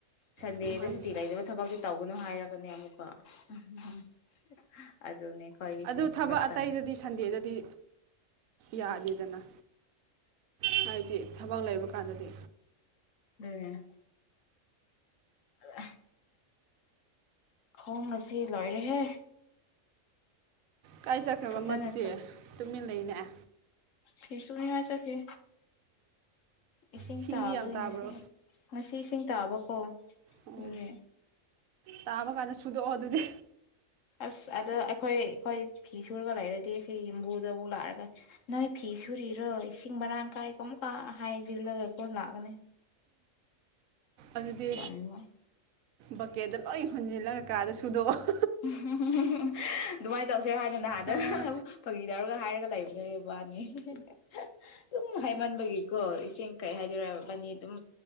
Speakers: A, on the left; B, on the right.
A: ꯁꯟꯗꯦꯗ
B: ꯑꯗꯨꯝ ꯍꯥꯏꯅꯤ
A: ꯁꯨꯇꯤ ꯂꯩꯗꯕ ꯊꯕꯛꯇꯤ ꯇꯧꯒꯅꯨ ꯍꯥꯏꯔꯛ ꯑꯗꯨꯅꯦ ꯑꯃꯨꯛꯀ ꯑꯝ ꯑꯗꯨꯅꯦ ꯈꯣꯏꯒꯤꯁꯦ
B: ꯑꯗꯨ ꯊꯕꯛ
A: ꯐꯔꯛ
B: ꯑꯇꯩꯗꯗꯤ
A: ꯇꯥ
B: ꯁꯟꯗꯦꯗꯗꯤ ꯌꯥꯗꯦꯗꯅ ꯍꯥꯏꯗꯤ ꯊꯕꯛ ꯂꯩꯕ ꯀꯥꯟꯗꯗꯤ
A: ꯗꯨꯅꯦ <unintelligible> ꯈꯣꯡꯑꯁꯤ ꯂꯣꯏꯔꯦꯍꯦ
B: ꯀꯥꯏ ꯆꯠꯈ꯭ꯔꯕ
A: ꯐꯖꯅ
B: ꯑꯃꯗꯨꯗꯤ ꯇꯨꯃꯤꯟ ꯂꯩꯅꯦ ꯌꯥ
A: ꯐꯤꯁꯨꯅꯤ ꯍꯥꯏ ꯆꯠꯈꯤ ꯏꯁꯤꯡ
B: ꯏꯁꯤꯡꯗꯤ
A: ꯇꯥꯕꯒꯤ
B: ꯌꯥꯝ ꯇꯥꯕ꯭ꯔꯣ
A: ꯉꯁꯤ ꯉꯁꯤ ꯏꯁꯤꯡ ꯇꯥꯕꯀꯣ
B: ꯑꯣ
A: ꯑꯗꯨꯅꯦ
B: ꯇꯥꯕ ꯀꯥꯟꯗ ꯁꯨꯗꯣꯛꯑꯣ ꯑꯗꯨꯗꯤ
A: ꯑꯁ ꯑꯗꯣ ꯑꯩꯈꯣꯏ ꯈꯣꯏ ꯐꯤ ꯁꯨꯔꯒ ꯂꯩꯔꯗꯤ ꯁꯤ ꯌꯕꯨꯗꯣ ꯑꯃꯨꯛ ꯂꯥꯛꯑꯒ ꯅꯣꯏ ꯐꯤ ꯁꯨꯔꯤꯔꯣ ꯏꯁꯤꯡ ꯃꯔꯥꯡ ꯀꯥꯏ ꯀꯣ ꯑꯃꯨꯛꯀ ꯍꯥꯏꯖꯤꯜꯂꯒ ꯀꯣ ꯂꯥꯛꯑꯒꯅꯦ
B: ꯑꯗꯨꯗꯤ
A: ꯇꯟꯕ
B: ꯕꯀꯦꯠꯗ ꯂꯣꯏ ꯍꯣꯟꯖꯤꯜꯂꯒ ꯀꯥꯗ ꯁꯨꯗꯣꯛꯑꯣ
A: ꯍꯝ ꯍꯝ ꯑꯗꯨꯃꯥꯏꯅ ꯇꯧꯁꯦ ꯍꯥꯏꯅ ꯅꯍꯥꯥꯟꯗ
B: ꯑꯥ
A: ꯐꯥꯒꯤꯗꯧꯔꯒ ꯍꯥꯏꯔꯒ ꯂꯩꯕ ꯂꯩꯕꯥꯅꯤ ꯑꯗꯨꯨꯝ ꯍꯩꯃꯟꯕꯒꯤ ꯀꯣ ꯏꯁꯤꯡ ꯀꯩ ꯍꯥꯏꯗꯣꯏꯔꯕꯅꯤ ꯑꯗꯨꯝ